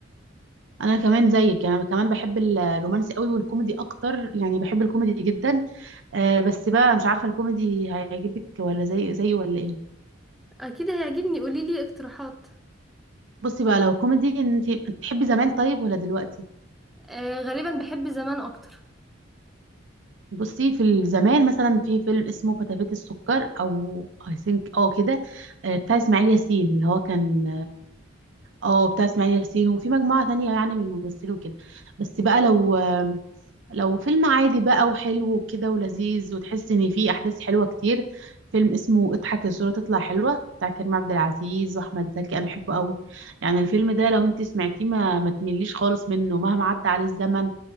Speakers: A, on the right; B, in the centre.
A: انا كمان زيك يعني انا كمان بحب الرومانسي قوي والكوميدي اكتر يعني بحب الكوميدي جدا آه، بس بقى مش عارفه الكوميدي هيعجبك ولا زي زي ولا ايه
B: اكيد هيعجبني قولي لي اقتراحات
A: بصي بقى لو كوميدي انت بتحبي زمان طيب ولا دلوقتي
B: آه، غالبا بحب زمان اكتر
A: بصي في الزمان مثلا في فيلم اسمه فتافيت السكر او اي ثينك اه كده آه، بتاع اسماعيل ياسين اللي هو كان اه بتاع اسماعيل ياسين وفي مجموعة تانية يعني من الممثلين وكده بس بقى لو آه، لو فيلم عادي بقى وحلو وكده ولذيذ وتحس ان فيه احداث حلوة كتير فيلم اسمه اضحك الصورة تطلع حلوة بتاع كريم عبد العزيز واحمد زكي انا بحبه قوي يعني الفيلم ده لو انت سمعتيه ما ما تمليش خالص منه مهما عدى عليه الزمن